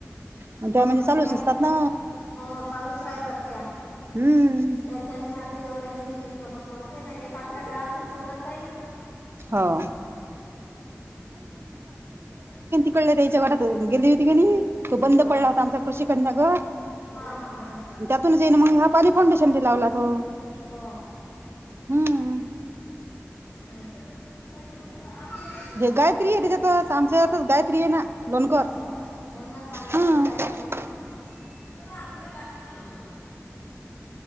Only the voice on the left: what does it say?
मण
मग
म,
हो चालूच राहत आ त्या
त्याच्याने मी एवढं हे नाही घेतलं, म्हटलं होते ना एक आपल्या गावातून कोणाचही
<unintelligible>
हां
हा, हा.
हो
<inaudible>
हो हो ना सांगितलं
ना गायत्रीनं
<inaudible>